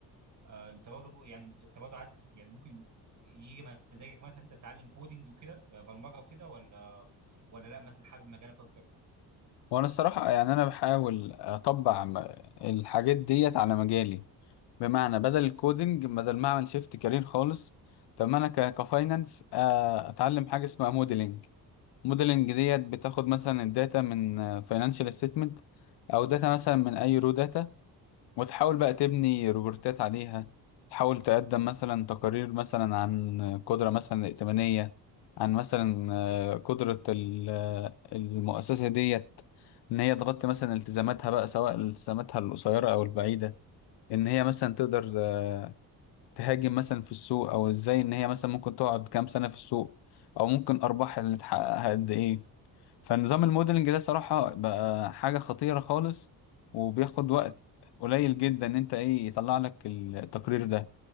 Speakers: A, on the right; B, on the left.
A: آه انت برضه يعني انت برضه عايز يعني ممكن يجي مزاجك مثلا انت تتعلم كودينج وكده آه، برمجه وكده ولا ولا لا مثلا حابب مجالك اكتر
B: وانا الصراحة يعني انا بحاول اطبق م- الحاجات ديت على مجالي بمعنى بدل الكودينج بدل ما اعمل شيفت كارير خالص فما انا ك- كفاينانس آه، اتعلم حاجة اسمها موديلنج موديلنج ديت بتاخد مثلا الداتا من فاينانشال ستيتمنت او داتا مثلا من اي رو داتا وتحاول بقى تبني روبورتات عليها تحاول تقدم مثلا تقارير مثلا عن قدرة مثلا ائتمانية عن مثلا آه، قدرة ال- آه، المؤسسة ديت إن هي تغطي مثلا التزاماتها بقى سواء التزاماتها القصيرة أو البعيدة إن هي مثلا تقدر آه، تهاجم مثلا في السوق أو إزاي إن هي مثلا ممكن تقعد كام سنة في السوق أو ممكن أرباحها اللي تحققها قد إيه فنظام الموديلنج ده صراحة بقى حاجة خطيرة خالص وبياخد وقت قليل جدا ان انت ايه يطلع لك التقرير ده